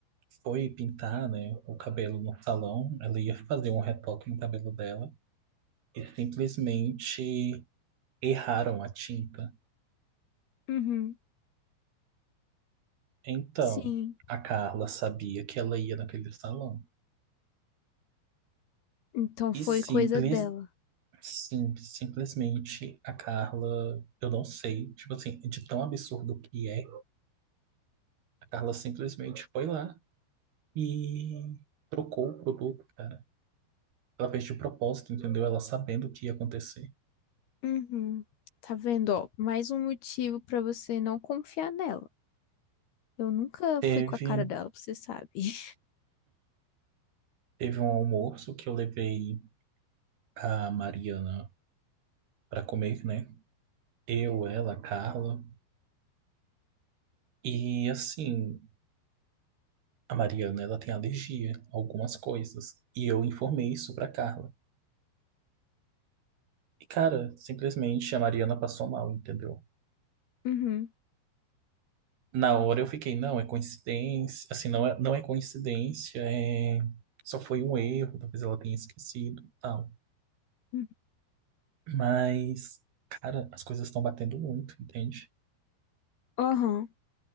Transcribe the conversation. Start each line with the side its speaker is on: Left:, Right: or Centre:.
Right: foi pintar, né, o cabelo no salão, ela ia fazer um retoque no cabelo dela e simplesmente erraram a tinta.
Left: Uhum,
Right: Então,
Left: sim.
Right: a Carla sabia que ela ia naquele salão.
Left: Então
Right: E
Left: foi
Right: simples,
Left: coisa dela.
Right: sim, simplesmente a Carla, eu não sei, tipo assim, de tão absurdo que é, a Carla simplesmente foi lá e trocou o produto, cara. Ela fez de propósito, entendeu? Ela sabendo o que ia acontecer.
Left: Uhum. Tá vendo, ó, mais um motivo pra você não confiar nela. Eu nunca
Right: Teve,
Left: fui com a cara dela, você sabe. <laughs>
Right: teve um almoço que eu levei a Mariana pra comer, né? Eu, ela, a Carla. E assim. A Mariana, ela tem alergia a algumas coisas. E eu informei isso pra Carla. E, cara, simplesmente a Mariana passou mal, entendeu?
Left: Uhum.
Right: Na hora eu fiquei, não, é coincidência. Assim, não é, não é coincidência, é... Só foi um erro, talvez ela tenha esquecido, e tal.
Left: uhum.
Right: Mas, cara, as coisas estão batendo muito, entende?
Left: Aham.